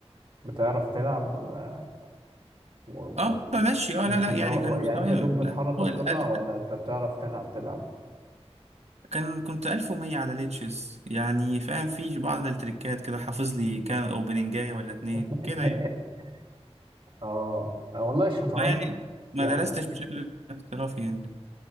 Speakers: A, on the right; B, on the right.
A: بتعرف تلعب آه، و... و...
B: اه بمشي اه
A: مش
B: لا لا
A: اللي
B: يعني
A: هو
B: كان
A: و- يعني
B: مستواي
A: انت يا
B: لا
A: دوب بتحرك
B: فوق
A: القطع
B: الألف
A: ولا انت بتعرف تلعب تلعب
B: كان كنت 1100 على ليتشس يعني فاهم في بعض التريكات كده حافظ لي كام اوبننجاية ولا اتنين
A: <laughs>
B: كده يعني
A: اه والله الشطرنج
B: ما يعني ما
A: يعني
B: درستش بشكل احترافي يعني